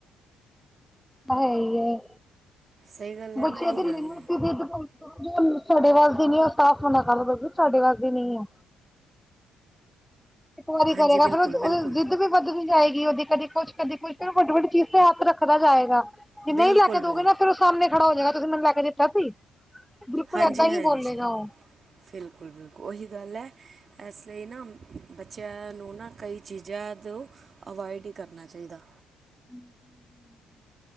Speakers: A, in the centre; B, on the right (about 45°).
A: ਹੈ ਹੀਏ
B: ਸਹੀ ਗੱਲ ਹੈ
A: ਬੱਚੇ
B: ਨਾ ਇਹੀ
A: ਅੱਗੇ ਦੇਨ
B: ਗੱਲ
A: <unintelligible>
B: ਹੈ
A: ਦੀ। ਜੋ ਸਾਡੇ ਵਾਸ ਦੀ ਨਹੀਂ, ਉਹ ਸਾਫ ਨਾ ਕਰ, ਸਾਡੇ ਵਾਸਦੀ ਨਹੀਂ ਹ। ਇੱਕ ਵਾਰੀ
B: ਹਾਂਜੀ
A: ਕਰੇਗਾ।
B: ਬਿਲਕੁਲ
A: ਫਿਰਰ
B: ਬਿਲਕੁਲ
A: ਉਹ, ਜਿੱਦ ਵੀ ਵੱਧ ਨਹੀਂ ਜਾਏਗੀ। ਉਹਦੀ ਕਦੇ ਕੁਛ, ਕਦੇ ਕੁਛ, ਫਿਰ ਉਹ, ਵੱਡੀ ਵੱਡੀ ਚੀਜ਼। ਕਿ, ਹਥ ਰੱਖਦਾ ਜਾਏਗਾ ਜੇ
B: ਬਿਲਕੁਲ
A: ਨਹੀਂ ਲੈ ਕੇ
B: ਬਿਲਕੁਲ
A: ਦੋਗੇ ਨਾ, ਫੇਿਰ ਉਹ ਸਾਹਮਣੇ ਖੜਾ ਹੋ ਜਾਏਗਾ ਤੁਸੀਂ ਮੈਨੂੰ ਲੈ ਕੇ ਦਿੱਤਾ ਸੀ। ਬਿਲਕੁਲ,
B: ਹਾਂਜੀ
A: ਏਦਾਂ
B: ਹਾਂਜੀ
A: ਹੀ ਬੋਲੇਗਾ ਉਹ
B: ਬਿਲਕੁਲ, ਬਿਲਕੁਲ, ਉਹੀ ਗੱਲ ਹੈ। ਇਸ, ਲਈ ਨਾ ਬੱਚਿਆਂ ਨੂੰ ਨਾ ਕਈ ਚੀਜ਼ਾਂ ਤੋਂ, ਅਵਾਇਡ ਹੀ, ਕਰਨਾ ਚਾਹੀਦਾ।
A: <inaudible>